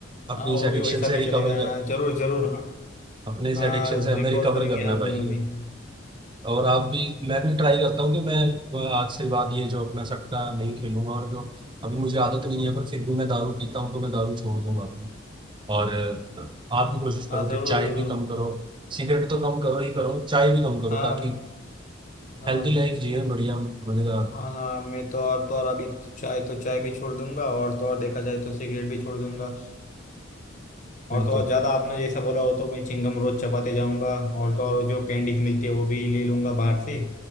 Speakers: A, on the right; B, on the left.
A: अपनी
B: हाँ वो
A: इस
B: भी
A: एडिक्शन
B: वैसा भी
A: से रिकवर
B: चलेगा
A: कर
B: हाँ जरूर जरूर हाँ
A: अपने इस
B: हाँ
A: एडिक्शन से हमें
B: रिकवर
A: रिकवर
B: करेंगे
A: करना
B: हम
A: है भाई
B: दोनों भी
A: और आप भी मैं भी ट्राई करता हूँ कि मैं आज से बाद ये जो अपना सट्टा नहीं खेलूंगा और जो अभी मुझे आदत नहीं है पर फिर भी मैं दारू पीता हूँ तो मैं दारू छोड़ दूंगा अपनी और अ, आप भी कोशिश
B: हाँ
A: करो
B: जरूर
A: कि चाय
B: जरूर
A: भी कम करो सिगरेट तो कम करो ही करो चाय भी कम करो
B: हाँ
A: ताकि
B: हाँ
A: हेल्दी लाइफ जिए बढ़िया मजेदार
B: हाँ हाँ मैं तो और तो और अभी तो चाय तो चाय भी छोड़ दूंगा और तो और देखा जाए तो सिगरेट भी छोड़ दूंगा और
A: बिल्कुल
B: तो और
A: भी।
B: ज़्यादा आपने जैसा बोला हो तो मैं चिंगम रोज चबाते जाऊंगा और तो और जो कैंडीज मिलती है वो भी ले लूंगा बाहर से